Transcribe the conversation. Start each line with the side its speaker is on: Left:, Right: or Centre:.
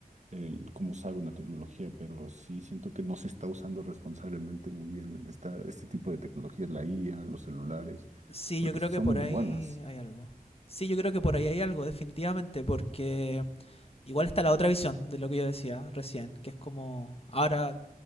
Right: el cómo usar una tecnología, pero sí siento que no se está usando responsablemente muy bien esta, este tipo de tecnologías, la IA, los celulares,
Left: Sí,
Right: porque
Left: yo creo
Right: son
Left: que por ahí
Right: buenas.
Left: hay algo. Sí, yo creo que por ahí hay algo, definitivamente, porque igual está la otra visión de lo que yo decía recién, que es como, ahora